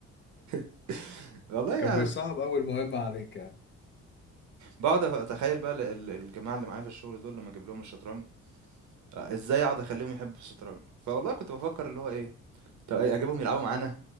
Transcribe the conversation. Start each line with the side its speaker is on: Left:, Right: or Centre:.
Right: <laughs> والله
Left: كان
Right: يعني
Left: بيصعب اول مهمة عليك يعني
Right: باقعد أف أتخيّل بقى ال ال الجماعة اللي معايا في الشغل دول لمّا أجيب لهم الشطرنج، أ إزاي أقعد أخلّيهم يحبّوا الشطرنج؟ فوالله كنت بافكّر اللي هو إيه، طب أ أجيبهم يلعبوا معانا؟